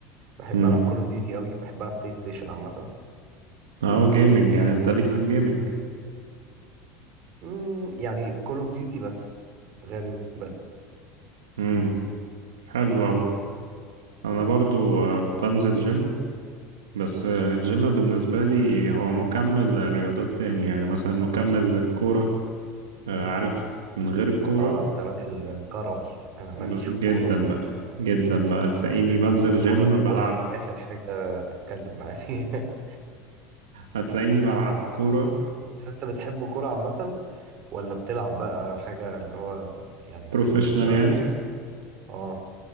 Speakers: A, on the right; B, on the right.
A: بحب
B: امم
A: العب كول اوف ديوتي قوي بحب العب بلاي ستيشن عامه
B: اه جيمنج يعني انت ليك في الجيمنج
A: مم، يعني كول اوف ديوتي بس غالبا
B: امم حلو اوي انا برضو آه، بنزل جيم بس الجيم بالنسبة لي هو مكمل لرياضات تاني يعني مثلا مكمل للكورة آه، عارف من غير الكورة
A: اه انت راجل كروي انا ماليش
B: ب-
A: في الكوره
B: جدا
A: خالص
B: بقى
A: بقى
B: جدا بقى تلاقيني بنزل
A: يعني الكوره
B: جيم
A: دي
B: بلعب
A: بص اخر حاجه تتكلم معايا فيها
B: هتلاقيني بلعب كورة
A: <laughs> فانت بتحب كوره عامه ولا بتلعب بقى حاجه اللي هو يعني بتنزل
B: بروفيشنال
A: بقى
B: يعني
A: اه